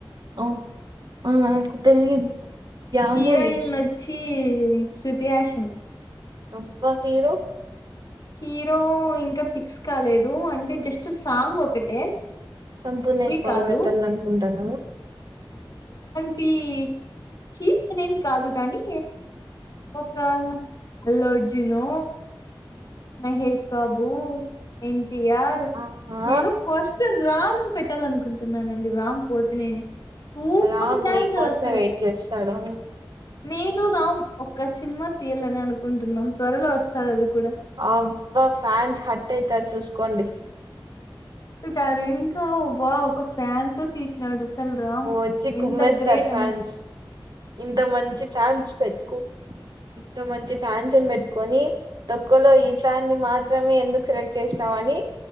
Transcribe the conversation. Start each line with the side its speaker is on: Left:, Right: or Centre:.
Right: అవును ఆ నాకు తెలియదు యావ్
Left: హీరోయిన్
Right: మూవీ
Left: నచ్చి ఈ శృతిహాసన్
Right: అబ్బ హీరో
Left: హీరో ఇంకా ఫిక్స్ కాలేదు అంటే జస్ట్ సాంగ్ ఒకటే
Right: సంపూర్ణేష్
Left: మూవీ
Right: బాబు
Left: కాదు.
Right: పెట్టాల అనుకుంటాన
Left: హి చి న ఏం కాదు గాని ఒక అల్లుఅర్జునో మహేష్ బాబు ఎన్ యార్
Right: ఆహా
Left: నేను ఫస్ట్ రౌండ్ పెట్టాలనుకుంటున్నానండి రామ్ పోతినేని సూపర్
Right: రామ్
Left: డ్యాన్సర్
Right: నీ కోసమే
Left: అసలు
Right: వెయిట్ చేస్తాడు
Left: నేను రామ్ ఒక్క సినిమా తీయాలని అనుకుంటున్నాం త్వరలో వస్తాది అది కూడా
Right: అబ్బా ఫ్యాన్స్ హట్ అయితారు చూస్కోండి
Left: సరి ఇంకా వావ్ ఒక ఫ్యాన్ తో తీసు నడుసల్ రామ్
Right: వచ్చి
Left: ఎంత
Right: కుమ్మేస్తారు
Left: గ్రేట్
Right: ఫ్యాన్స్
Left: అ
Right: ఇంత మంచి ఫ్యాన్స్ పెట్టుకు ఇంత మంచి ఫ్యాన్స్ అని పెట్టు కొని తొక్కులో ఈ ఫ్యాన్ని మాత్రమే ఎందుకు సెలెక్ట్ చేసినావని